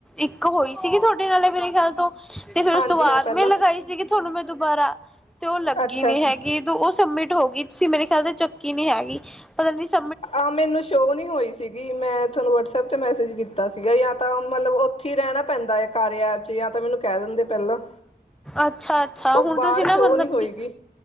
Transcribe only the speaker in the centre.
ਇੱਕ ਹੋਈ ਸੀਗੀ, ਤੁਹਾਡੇ ਨਾਲ ਮੇਰੇ ਖਿਆਲ ਤੋਂ ਤੇ ਫੇਿਰ
ਉਸ ਤੋਂ ਬਾਅਦ
ਮੈਂ ਲਗਾਈ ਸੀਗੀ ਤੁਹਾਨੂੰ ਮੈਂ ਦੁਬਾਰਾ, ਤੇ ਉਹ ਲ
ਜਦ ਉਹ ਸਬਮਿਟ ਹੋ ਗਈ, ਤੁਸੀਂ ਮੇਰੇ ਖਿਆਲ ਤੇ ਚੱਕੀ ਨੀ ਹੈਗੀ। ਪਤਾ ਨੀ ਸ
ਅੱਛਾ ਅੱਛਾ,
ਹੁਣ
ਤੁਸੀਂ
ਨਾ ਮਤਲਬ
ਕੀ